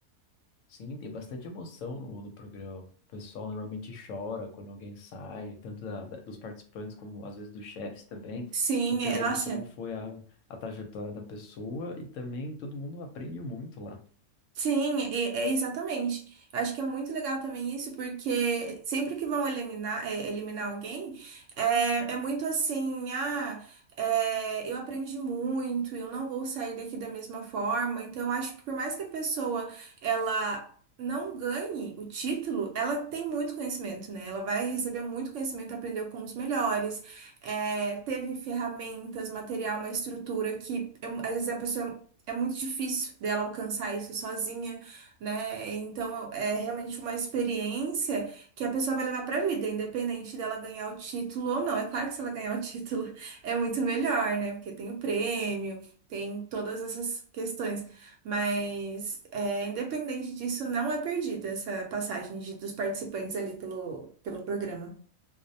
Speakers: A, on the left; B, on the right.
A: <laughs> Sim, tem bastante emoção no, no programa. O pessoal normalmente chora quando alguém sai, tanto da- da- dos participantes como às vezes dos chefes também,
B: Sim,
A: dependendo
B: é, nossa,
A: de como
B: é
A: foi a, a trajetória da pessoa e também todo mundo aprende muito lá.
B: Sim, e- é, exatamente. Eu acho que é muito legal também isso, porque sempre que vão eliminar, é, eliminar alguém, é, é muito assim, ah, é, eu aprendi muito, eu não vou sair daqui da mesma forma. Então, eu acho que por mais que a pessoa, ela não ganhe o título, ela tem muito conhecimento, né? Ela vai receber muito conhecimento, aprendeu com os melhores, é, teve ferramentas, material, uma estrutura que, é, às vezes, a pessoa é muito difícil dela alcançar isso sozinha, né? Então é realmente uma experiência que a pessoa vai levar para a vida, independente dela ganhar o título ou não. É claro que se ela ganhar o título <laughs> é muito melhor, né? Porque tem o prêmio, tem todas essas questões. Mas é, independente disso, não é perdida essa passagem de- dos participantes ali pelo, pelo programa.